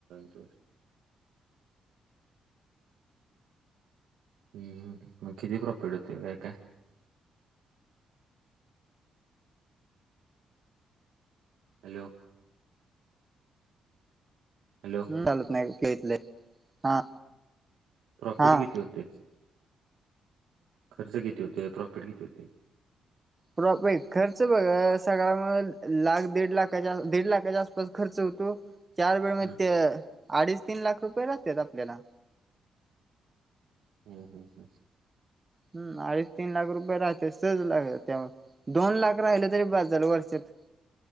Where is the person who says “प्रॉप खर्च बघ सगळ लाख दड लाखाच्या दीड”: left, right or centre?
Right